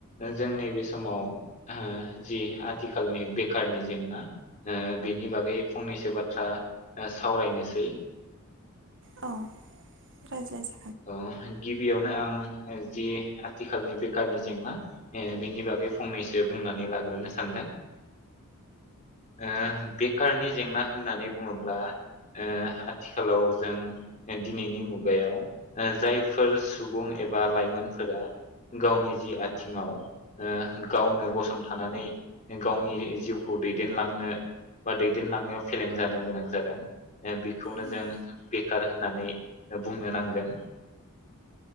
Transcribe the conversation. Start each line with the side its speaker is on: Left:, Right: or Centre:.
Left: जों नैबे समाव ओ जि आथिखालनि बेखारनि जेंना ओ बेनि बागै फंनैसो बाथ्रा ओ सावरायनोसै।
Right: औ रायज्लायजा
Left: औ गिबियावनो आं जि आथिखालनि बेखारनि जेंना ओ बेनि बागै फंनैसो बुंनानै लाग्रोनो सान्दों। ओ बेखारनि जेंना होन्नानै बुङोब्ला ओ आथिखालाव जों दिनैनि मुगायाव जायफोर सुबुं एबा लाइमोनफोरा गावनि जि आथिङाव ओ गावनो गसंथानानै गावनि जिउखौ दैदेनलांनो बा दैदेनलांनायाव फेलें जानो गोनां जादों बेखौनो
Right: उम
Left: जों बेखार होन्नानै बुंनो नांगोन।